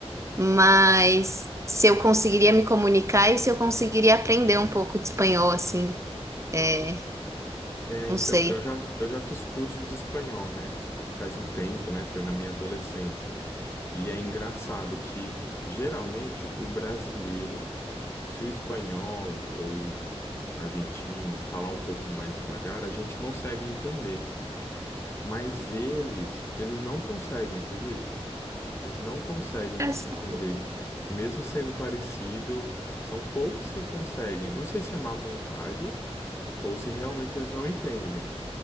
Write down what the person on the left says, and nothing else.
É,
então,
eu já, eu já fiz curso de espanhol, né? Faz um tempo, né? Foi na minha adolescência. E é engraçado que, geralmente, o brasileiro, se o espanhol ou argentino falar um pouco mais devagar, a gente consegue entender. Mas eles, eles não conseguem, acredita? Eles não conseguem
entender. Mesmo sendo parecido, são poucos que conseguem. Não sei se é má vontade ou se realmente eles não entendem.